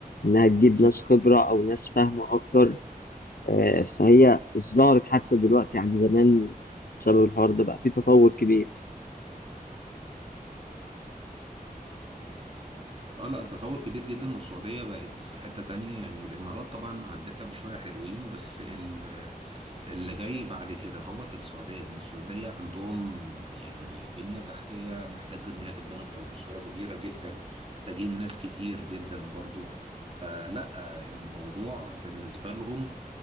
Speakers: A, on the left; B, on the right.
A: إنها تجيب
B: مم.
A: ناس خبرة أو ناس فاهمة أكتر آه، فهي ازدهرت حتى دلوقتي عن زمان بسبب الحوار ده بقى في تطور كبير
B: اه لا التطور كبير جدا والسعودية بقت في حتة تانية يعني والإمارات طبعا عدتها بشوية حلوين بس ال- اللي جاي بعد كده هو السعودية لأن السعودية عندهم يعني بنية تحتية محتاجة إن هي تتبنى بط- بصورة كبيرة جدا محتاجين ناس كتير جدا برضو فلا الموضوع بالنسبة لهم